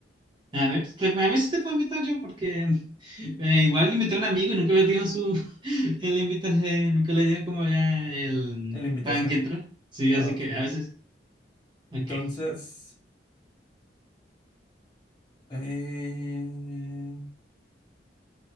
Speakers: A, on the right (about 25°); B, on the left (about 25°).
A: A ver, te- a ver si te puedo invitar yo, porque <laughs> eh, igual invité a un amigo y nunca le dieron su. <laughs> El invita, eh, nunca le dieron como ya el
B: En la invitación.
A: tan que entró. Sí,
B: Ah,
A: así
B: ok.
A: que a veces. Ok.
B: Entonces. eh,